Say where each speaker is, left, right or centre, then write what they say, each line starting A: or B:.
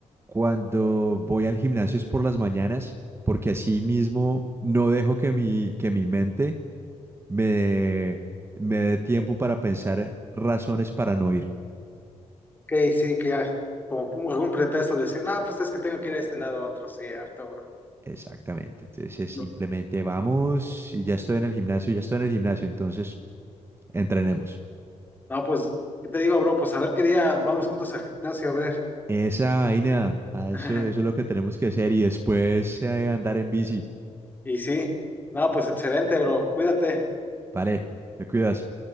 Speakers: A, on the right; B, on the left.
A: cuando voy al gimnasio es por las mañanas, porque así mismo no dejo que mi, que mi mente me dé, me dé tiempo para pensar razones para no ir.
B: ok, sí, que ya, como pum, algún pretexto de decir, no, pues es que tengo que ir a este lado a otro, cierto, bro.
A: Exactamente. Entonces es
B: No,
A: simplemente vamos y ya estoy en el gimnasio, ya estoy en el gimnasio, entonces entrenemos.
B: no, pues, ¿qué te digo, bro? Pues a ver qué día vamos juntos al gimnasio a ver.
A: Esa vaina, ah,
B: <laughs>
A: eso, eso es lo que tenemos que hacer y después eh, andar en bici.
B: Y sí, no, pues excelente, bro. Cuídate.
A: Vale, te cuidas.